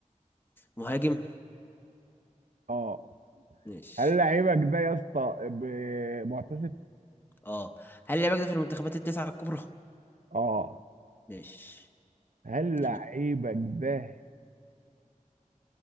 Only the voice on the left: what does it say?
مهاجم؟
ماشي
اه هل لعيبك ده في المنتخبات التسعة الكبرى؟
ماشي
يعني